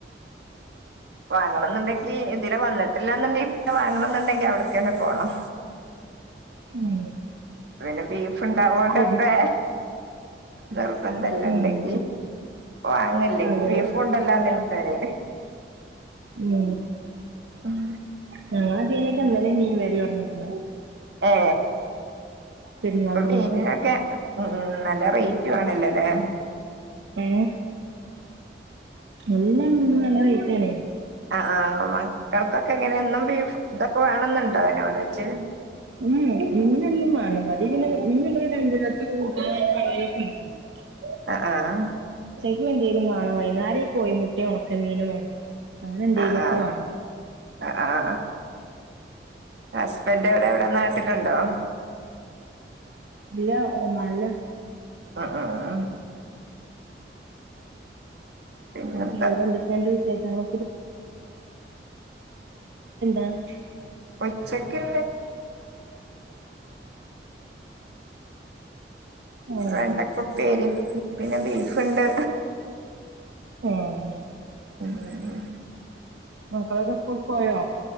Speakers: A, on the right; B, on the right.
A: വാങ്ങണംന്നുണ്ടെങ്കി എതിരെ വന്നിട്ട് എല്ലാം തന്നെ വാങ്ങണംന്നുണ്ടെങ്കി അവിടെത്തന്നെ പോണം
B: ഉം
A: പിന്നെ ബീഫ് ഉണ്ടാവോണ്ടപ്പേ
B: ശരി
A: നിർബന്ധംണ്ടെങ്കി
B: ഉം
A: വാങ്ങല്ലെ
B: അതെ
A: ബീഫും കൊണ്ടല്ലാം വരണ്ടേ
B: ഉം
A: ഉം
B: ഞങ്ങള് അതായിഞ്ഞിട്ട് അന്നേ മീൻ വരൽ തൊടങ്ങീരിക്കുന്നു
A: ഏ
B: പെരുന്നാള്
A: ഇപ്പൊ
B: കഴിഞ്ഞിട്ട്
A: മീനിനൊക്കെ ഉ നല്ല റേ വാണല്ലോല്ലേ
B: ഉ എല്ലാം മീനും നല്ല റെയിറ്റായി
A: ആ ആ മക്കൾക്കൊക്കെ എങ്ങനെയെന്നും ഇതൊക്കെ വേണെന്നുണ്ടോ അയിനൊന്നിച്ചു
B: <unintelligible>
A: ആ ആ ആ
B: എന്തേങ്കലും കാണാം വൈകുന്നേരമായിപ്പോയ മുട്ട ഉണക്ക മീനും അങ്ങനെ എന്തേലുമൊക്കെ
A: ആ ആ
B: വാണം
A: ആ ആ ഹസ്ബൻഡ് എവിടെ വിടെ നാട്ടിലുണ്ടോ
B: ഇല്ല ഓമാ നിലാണ്
A: ഉം ഉം പിന്നെന്താ
B: വെറെ എന്തെക്കെണ്ട് വിശേഷങ്ങള് <unintelligible>
A: ഉച്ചയ്ക്ക്
B: ഉം
A: വെണ്ടക്കൊപ്പിരി പിന്നെ ബീഫുണ്ട്
B: ഉം
A: ഉ ഉ
B: മക്കളൊക്കെ സ്കൂൾ പോയോ